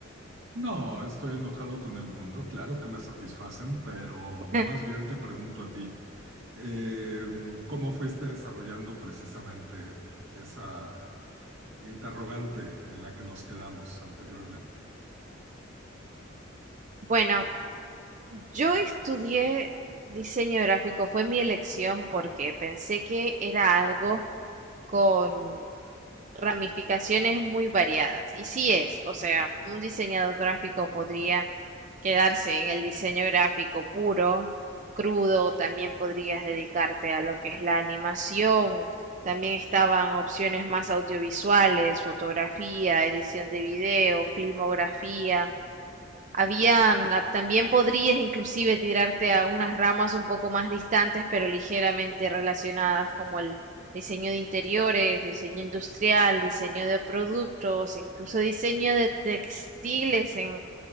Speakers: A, on the right (about 75°); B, on the right (about 40°).
A: No, estoy enojado con el mundo, claro que me satisfacen, pero
B: <laughs>
A: más bien te pregunto a ti, eh, ¿cómo fuiste desarrollando precisamente esa eh, interrogante en la que nos quedamos anteriormente?
B: Bueno, yo estudié diseño gráfico, fue mi elección porque pensé que era algo con ramificaciones muy variadas. Y sí es, o sea, un diseñador gráfico podría quedarse en el diseño gráfico puro, crudo, también podrías dedicarte a lo que es la animación, también estaban opciones más audiovisuales, fotografía, edición de video, filmografía. Habían, ah, también podrías inclusive tirarte a unas ramas un poco más distantes, pero ligeramente relacionadas, como el diseño de interiores, diseño industrial, diseño de productos, incluso diseño de textiles en